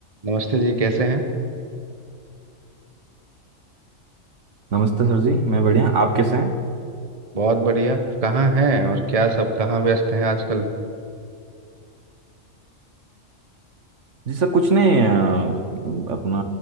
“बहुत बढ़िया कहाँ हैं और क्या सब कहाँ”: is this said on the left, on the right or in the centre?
Right